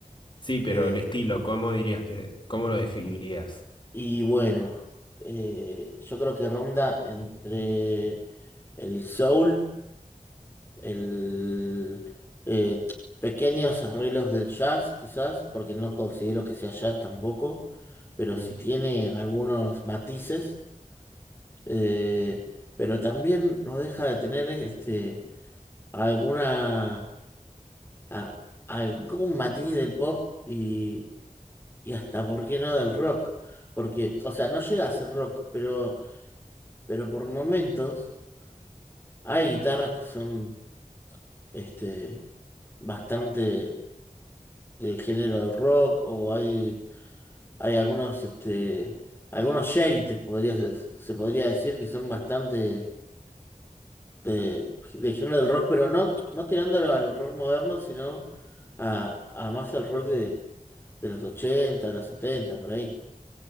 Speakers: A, on the left; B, on the left.
A: Sí, pero
B: Eh,
A: el estilo, ¿cómo dirías que, cómo lo definirías?
B: y bueno, eh, yo creo que ronda entre el soul, el eh, pequeños arreglos del jazz, quizás, porque no considero que sea jazz tampoco, pero
A: Mm,
B: sí tiene algunos matices, eh, pero también no deja de tener este alguna a algún matiz del pop y, y hasta, ¿por qué no del rock? Porque, o sea, no llega a ser rock, pero, pero por momentos hay guitarras que son este, bastante del género del rock o hay, hay algunos, este, algunos shades, podría, ser- se podría decir, que son bastante de, de género del rock, pero no, no tirándolo al rock moderno, sino a, a más al rock de, de los 80 de los 70 por ahí.